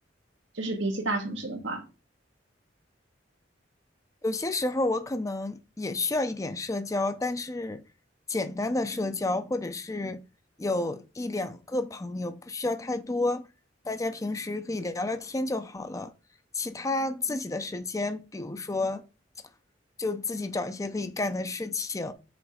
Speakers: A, on the right; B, on the left.
A: 就是比起大城市的话，
B: 有些时候我可能也需要一点社交，但是简单的社交，或者是有一两个朋友，不需要太多，大家平时可以聊聊天就好了。其他自己的时间，比如说，就自己找一些可以干的事情，